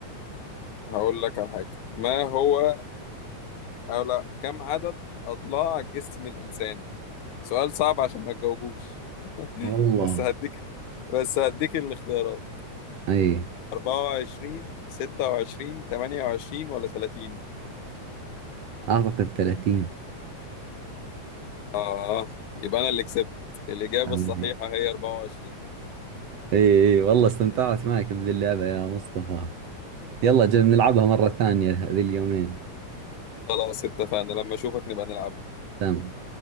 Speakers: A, on the left (about 75°); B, on the right (about 60°).
A: هقول لك على حاجه ما هو أو لا كم عدد اضلاع جسم الانسان سؤال صعب عشان ما تجاوبوش <laughs>
B: والله
A: بس هديك بس هديك الاختيارات
B: اي
A: 24 26 28 ولا 30
B: اعتقد 30
A: آه يبقى أنا اللي كسبت الإجابة
B: أي.
A: الصحيحة
B: اي
A: هي 24
B: اي والله استمتعت معك بذي اللعبة يا مصطفى يلا
A: وأنا
B: جل نلعبها
A: كمان
B: مرة ثانية ذي اليومين
A: خلاص اتفقنا لما أشوفك نبقى نلعب
B: تمام